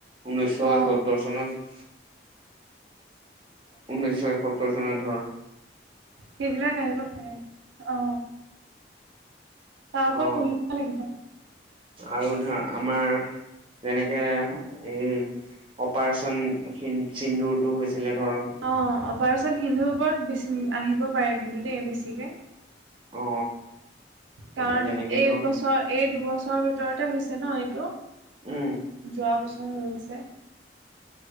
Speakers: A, on the right; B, on the right.
A: ঊনৈছশ
B: অ',
A: এসত্তৰ চনত। ঊনৈছশ এসত্তৰ চনৰ ধৰ।
B: সেইবিলাক আহিব পাৰে অ, তাৰপ
A: অ
B: পঢ়িব লাগিব।
A: আৰু ধৰ আমাৰ যেনেকে এই, অপাৰেচন চিন্দুৰতটো হৈছিলে ধৰ,
B: অঁ অপাৰেচন সিন্ধুৰ ওপৰত বেছি আহিব পাৰে কিন্তু দেই বেছিকে।
A: অ
B: কাৰণ
A: আৰু যেনেকে
B: এইবছৰ
A: ধৰ
B: এই দুবছৰৰ ভিতৰতে হৈছে ন এইটো।
A: উম
B: যোৱা বছৰ হৈ আছে।